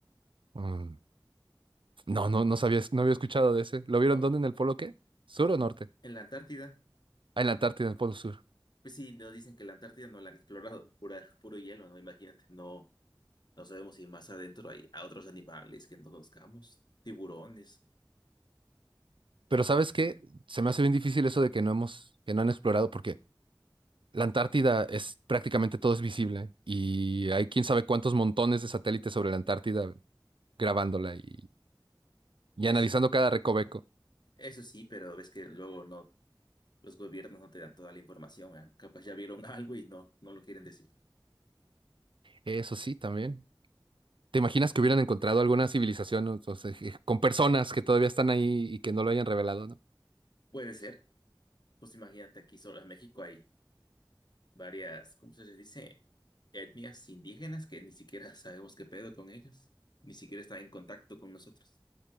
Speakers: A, on the right; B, on the left.
A: Mm, No, no, no sabías, no había escuchado de ese. ¿Lo vieron
B: Oh,
A: dónde? ¿En el polo qué? ¿Sur o norte?
B: En la Antártida.
A: Ah, en la Antártida, en el polo sur.
B: Pues sí, no dicen que la Antártida no la han explorado, pura, puro hielo, ¿no? Imagínate, no, no sabemos si más adentro hay a otros animales que no conozcamos, tiburones,
A: Pero ¿sabes qué? Se me hace bien difícil eso de que no hemos, que no han explorado, porque la Antártida es prácticamente todo es visible y hay quién sabe cuántos montones de satélites sobre la Antártida grabándola y, y
B: eso,
A: analizando
B: es-
A: cada recoveco.
B: eso sí, pero ves que luego no, los gobiernos no te dan toda la información, ¿eh? Capaz ya vieron <laughs> algo y no, no lo quieren decir.
A: Eso sí, también. ¿Te imaginas que hubieran encontrado alguna civilización o- o sea, je- con personas que todavía están ahí y que no lo hayan revelado, ¿no?
B: Puede ser, pues imagínate aquí solo en México hay varias, ¿cómo se les dice? Etnias indígenas que ni siquiera <laughs> sabemos qué pedo con ellos, ni siquiera están en contacto con nosotros,